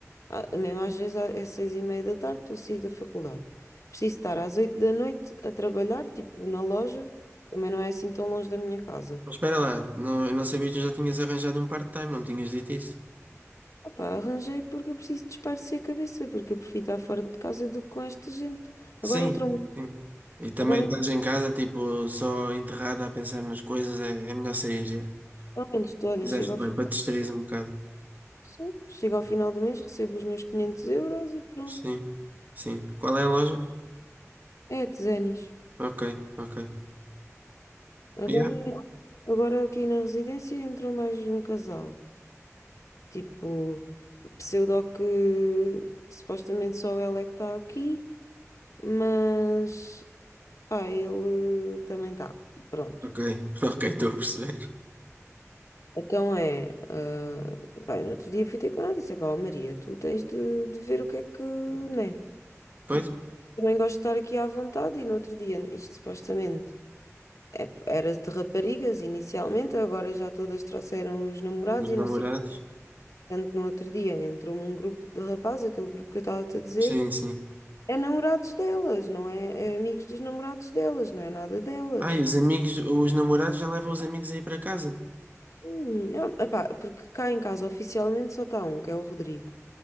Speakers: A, on the left; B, on the right.
A: Ah, Mesmo às vezes ah, é seis e meia da tarde, estou a sair da faculdade. Preciso estar às oito da noite a trabalhar, tipo na loja, também não é assim tão longe da minha casa.
B: Mas espera lá, não, eu não sabia que tu já tinhas arranjado um part-time, não me tinhas dito isso?
A: Opa, arranjei porque eu preciso desaparecer a cabeça, porque eu prefiro estar fora de casa do que com esta gente.
B: Sim,
A: Agora entrou,
B: sim. E também
A: agora
B: estás em casa, tipo, só enterrada a pensar nas coisas, é, é melhor sair já.
A: ao menos estou, olha,
B: Fizeste
A: chego ao
B: bem,
A: fim,
B: para te distrair um bocado.
A: sim, chego ao final do mês, recebo os meus 500 euros e pronto.
B: Sim, sim. Qual é a loja?
A: É, de Zenis.
B: Ok, ok.
A: Agora,
B: Yeah?
A: agora aqui na residência entrou mais um casal. Tipo. Pseudo que supostamente só ela é que está aqui, mas pá, ele também está. Pronto.
B: Ok, <laughs> ok, estou a perceber.
A: Então é, ah, pá, no outro dia fui ter com ela e disse, pá, Maria, tu tens de, de ver o que é que, né?
B: Pois.
A: Tipo, também gosto de estar aqui à vontade e no outro dia, isto supostamente é- era de raparigas inicialmente, agora já todas trouxeram os namorados
B: Os
A: e
B: namorados?
A: não sei o que. Tanto no outro dia entrou-me um grupo de rapazes, aquele grupo que eu estava-te a dizer,
B: Sim, sim.
A: É namorados delas, não é? É amigos dos namorados delas, não é nada delas.
B: Ah, e os amigos, os namorados já levam os amigos aí para casa?
A: Sim, ah, epá, porque cá em casa oficialmente só está um, que é o Rodrigo.